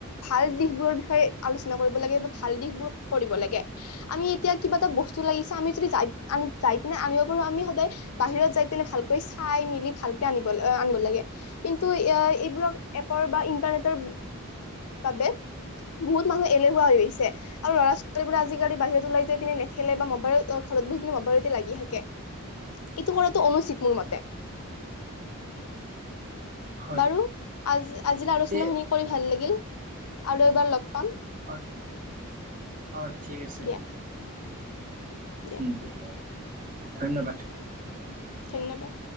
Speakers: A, on the left; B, on the right.
A: ভাল দিশ বোৰৰ বিষয়ে আলোচনা কৰিব লাগে। ভাল দিশবোৰ কৰিব লাগে। আমি এতিয়া কিবা এটা বস্ত লাগিছে আমি আ যাই পিনে আনিব পাৰো আমি সদায় বাহিৰত যাই পিনে ভাল কৰিছ- খাই মিলি ভালকে আনিব লাগে। আনিব লাগে কিন্তু এ এইবোৰক এপৰ বা ইন্টাৰনেটৰ বাবে, বহুত মানুহ এলেহুৱা হৈ আহিছে আৰু ল'ৰা ছোৱালীবো আজিকালি বাহিৰত ওলাই যাই পিনে নেখেলে বা মোবাইলত ঘৰত বিহ বিনি মবালতে লাগি থাকে, এইটো কৰাটো অনুচিত মোৰ মতে।
B: হয়
A: বাৰু আজ আজিৰ আলোচনা
B: তে
A: শুনি কৰি ভাল লাগিল। আৰু এবাৰ লগ পাম।
B: অ অ ঠিক আছে।
A: দিয়া দিয়া
B: <unintelligible> ধন্যবাদ।
A: ধন্যবাদ।